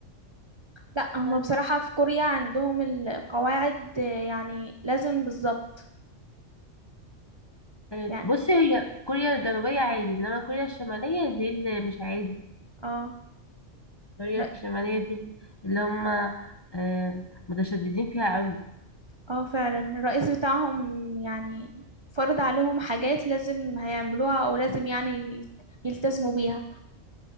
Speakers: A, on the right; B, on the left.
A: لا
B: بس-
A: هما بصراحة في كوريا عندهم القواعد آه، يعني لازم بالظبط
B: آه،
A: يعني
B: بصي هي كوريا الجنوبيه عادي انما كوريا الشماليه دي اللي مش عادي
A: اه
B: كوريا
A: رأ...
B: الشماليه دي اللي هم آه، متشددين فيها قوي
A: اه فعلا الرئيس بتاعهم يعني فرض عليهم حاجات لازم هيعملوها او لازم يعني يت- يلتزموا بيها